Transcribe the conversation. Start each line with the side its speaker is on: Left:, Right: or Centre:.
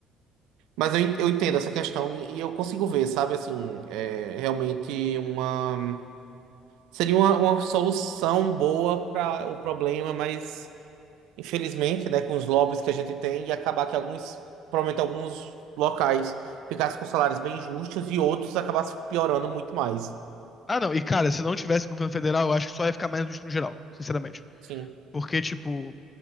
Right: Mas eu, en- eu entendo essa questão e, e eu consigo ver, sabe? Assim, é realmente uma. Seria uma, uma solução boa para o problema, mas infelizmente, né, com os lobbies que a gente tem, ia acabar que alguns, provavelmente alguns locais ficassem com salários bem justos e outros acabassem piorando muito mais.
Left: Ah, não, e cara, se não tivesse governo federal, eu acho que só ia ficar mais justo no geral, sinceramente.
Right: Sim.
Left: Porque, tipo,